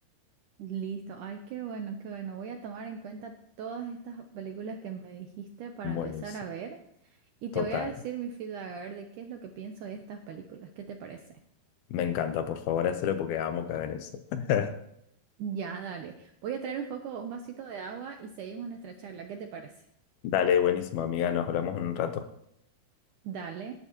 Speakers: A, on the right (about 75°); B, on the left (about 75°).
A: Listo. Ay, qué bueno, qué bueno. Voy a tomar en cuenta todas estas películas que me dijiste para
B: Buenísimo.
A: empezar a ver. Y
B: Total.
A: te voy a decir mi feedback, a ver de qué es lo que pienso de estas películas. ¿Qué te parece?
B: Me encanta, por favor, hacerlo porque amo cagar eso. <laughs>
A: Ya, dale. Voy a traer un poco, un vasito de agua y seguimos nuestra charla. ¿Qué te parece?
B: Dale, buenísimo, amiga, nos hablamos en un rato.
A: Dale.